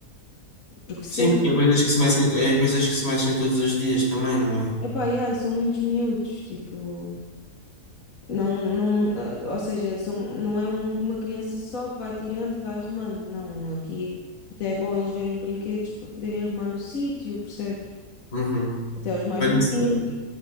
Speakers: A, on the left (about 60°); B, on the left (about 80°).
A: Porque sendo...
B: Sim, porque é coisas que se mexem, é coisas que se mexem todos os dias também, não é?
A: Epá, e ai, são muitos miúdos, tipo... Não, não, ah, ou seja, são, não é um- uma criança só que vai tirando e vai arrumando. Não, aqui até é bom eles verem os brinquedos para poderem arrumar no sítio, percebes?
B: Uhum.
A: Até os mais
B: Parece,
A: novinhos.